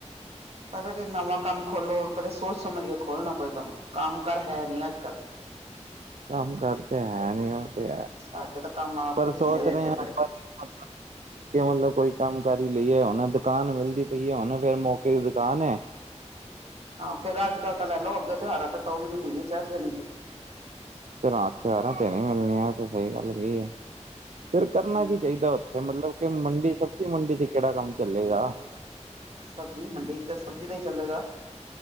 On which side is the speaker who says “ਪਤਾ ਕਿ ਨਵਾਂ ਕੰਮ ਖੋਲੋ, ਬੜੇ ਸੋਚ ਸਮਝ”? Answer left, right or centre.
Right